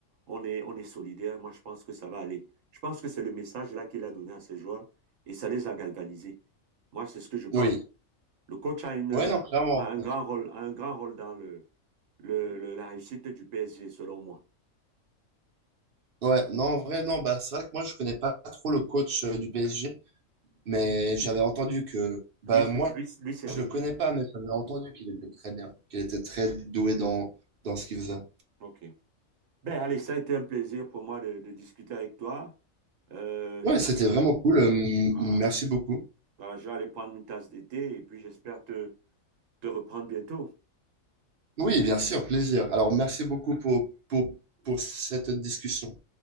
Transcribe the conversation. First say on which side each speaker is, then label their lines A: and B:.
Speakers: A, on the right; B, on the right.
A: on est, on est solidaire, moi, je pense que ça va aller. Je pense que c'est le message là qu'il a donné à ses joueurs et ça les a galvanisés. Moi, c'est ce que je pense.
B: Oui.
A: Le coach a, une,
B: Ouais, non, clairement.
A: a un grand rôle, a un grand rôle dans le, le- le- la réussite du PSG, selon moi.
B: Ouais, non, en vrai, non, bah, c'est vrai que moi, je connais pas trop le coach euh, du PSG, mais
A: Ok.
B: j'avais entendu que, bah,
A: Lui, c'est-
B: moi,
A: lui, lui, c'est
B: je
A: Riquet.
B: le connais pas, mais j'avais entendu qu'il était très bien, qu'il était très doué dans, dans ce qu'il faisait.
A: OK. Ben, allez, ça a été un plaisir pour moi de, de discuter avec toi. Euh,
B: Ouais,
A: je vais
B: c'était
A: aller,
B: vraiment cool. euh, m-
A: voilà.
B: merci beaucoup.
A: Voilà, je vais aller prendre une tasse d'été et puis j'espère te, te reprendre bientôt.
B: Oui, bien sûr, plaisir. Alors, merci beaucoup pour, pour, pour cette discussion.